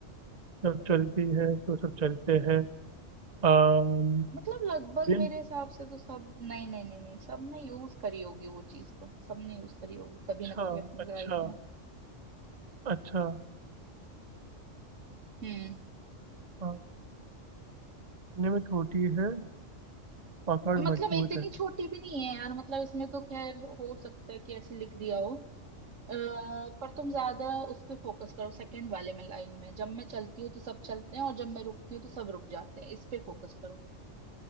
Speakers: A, on the right; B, on the right.
A: जब चलती है तो सब चलते हैं अम,
B: मतलब लगभग
A: दिल
B: मेरे हिसाब से तो सब नहीं नहीं नहीं नहीं सबने यूज करी होगी वो चीज तो सबने यूज करी होगी कभी
A: अच्छा
B: ना कभी अपनी
A: अच्छा
B: लाइफ में
A: अच्छा
B: हम्म
A: हाँ, दिखने में छोटी है पकड़
B: मतलब
A: मजबूत
B: इतनी
A: है
B: छोटी भी नहीं है यार मतलब इसमें तो खैर हो सकता है कि ऐसे लिख दिया हो अ, पर तुम ज्यादा उस पे फोकस करो सेकंड वाले में लाइन में जब मैं चलती हूँ तो सब चलते हैं और जब मैं रुकती हूँ तो सब रुक जाते हैं इस पे फोकस करो